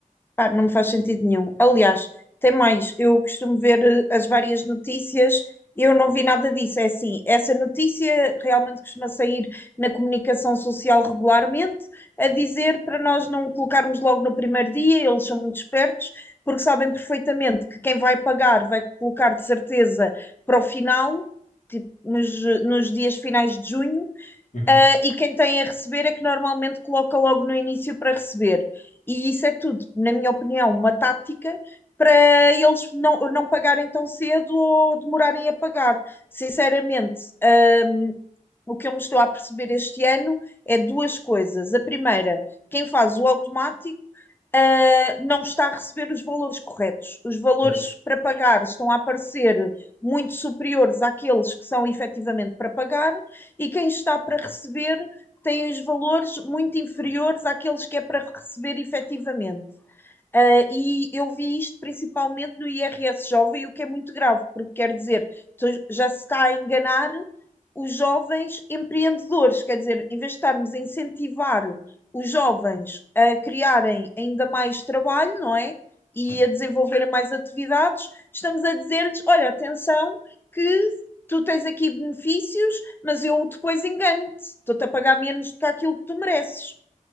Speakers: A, on the left; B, on the left.
A: Pá, não me faz sentido nenhum. Aliás, tem mais, eu costumo ver eh, as várias notícias, eu não vi nada disso. É assim, essa notícia realmente costuma sair na comunicação social regularmente, a dizer para nós não colocarmos logo no primeiro dia, eles são muito espertos, porque sabem perfeitamente que quem vai pagar vai colocar de certeza para o final, tipo, nos, nos dias finais de junho.
B: Uhum,
A: Ah, e quem tem a receber é que normalmente coloca logo no início para receber. E isso é tudo, na minha opinião, uma tática para eles não, não pagarem tão cedo ou demorarem a pagar. Sinceramente, ah, o que eu me estou a perceber este ano é duas coisas. A primeira, quem faz o automático ah, não está a receber os valores corretos. Os valores
B: pois,
A: para pagar estão a aparecer muito superiores àqueles que são efetivamente para pagar, e quem está para receber tem os valores muito inferiores àqueles que é para receber efetivamente. Uh, e eu vi isto principalmente no IRS jovem, o que é muito grave, porque quer dizer, tu já se está a enganar os jovens empreendedores, quer dizer, em vez de estarmos a incentivar os jovens a criarem ainda mais trabalho, não é? E
B: certo.
A: a desenvolverem mais atividades, estamos a dizer-lhes: olha, atenção, que tu tens aqui benefícios, mas eu depois engano-te, estou-te a pagar menos do que aquilo que tu mereces.